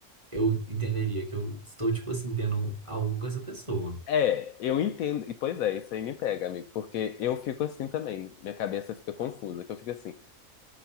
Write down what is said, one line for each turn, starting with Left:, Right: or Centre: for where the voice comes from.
Right: eu entenderia que eu estou, tipo assim, tendo algo com essa pessoa.
Left: É, eu entendo. E pois é, isso aí me pega, amigo, porque eu fico assim também. Minha cabeça fica confusa, que eu fico assim,